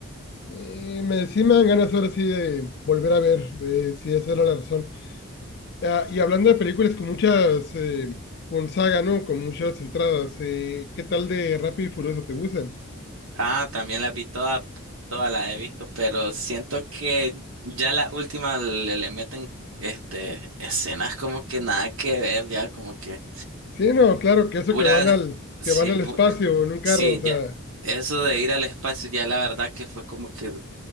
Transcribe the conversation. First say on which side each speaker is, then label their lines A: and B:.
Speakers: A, on the left; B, on the right.
A: eh, me, sí me dan ganas ahora sí de volver a ver eh, si esa era la razón. Ah, y hablando de películas con muchas, eh, con saga, ¿no? Con muchas entradas, eh, ¿qué tal de Rápido y Furioso? ¿Te gustan?
B: Ah, también las vi todas, todas las he visto, pero siento que ya la última le, le meten este, escenas como que nada que ver, ya como que
A: Sí, no, claro, que eso
B: pura...
A: que van al,
B: Sí,
A: que van al espacio
B: pu-
A: en un carro,
B: Sí,
A: o sea,
B: ya, eso de ir al espacio ya la verdad que fue como que,